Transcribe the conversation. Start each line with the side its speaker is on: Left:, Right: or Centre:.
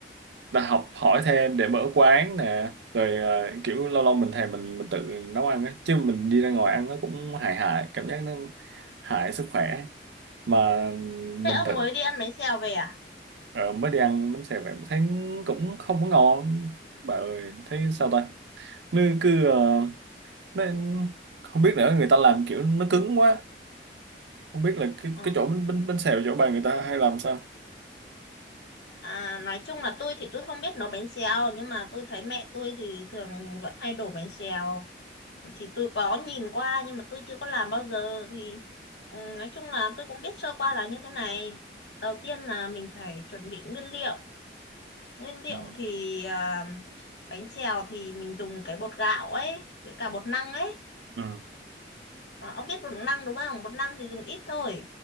Right: ta học hỏi thêm để mở quán nè. Rồi ờ, kiểu lâu lâu mình thèm mình mình tự nấu ăn á. Chứ mình đi ra ngoài ăn nó cũng hại hại cảm giác nó hại sức khỏe. mà mình
Left: Thế ông
Right: tự
Left: mới đi ăn bánh xèo về à?
Right: ờ, mới đi ăn bánh xèo vậy mà thấy cũng không có ngon bà ơi thấy sao ta nó cứ ờ, nó không biết nữa người ta làm kiểu nó cứng quá không biết là cái
Left: Ờ.
Right: cái chỗ bánh bánh bánh xèo chỗ bà người ta hay làm sao
Left: À, nói chung là tôi thì tôi không biết nấu bánh xèo nhưng mà tôi thấy mẹ tôi thì thường vẫn hay đổ bánh xèo thì tôi có nhìn qua nhưng mà tôi chưa có làm bao giờ thì ừ, nói chung là tôi cũng biết sơ qua là như thế này. Đầu tiên là mình phải chuẩn bị nguyên liệu Nguyên liệu
Right: ừ
Left: thì à, bánh xèo thì mình dùng cái bột gạo ấy với cả bột năng ấy.
Right: ừ
Left: À, ông biết bột năng đúng không? Bột năng thì dùng ít thôi.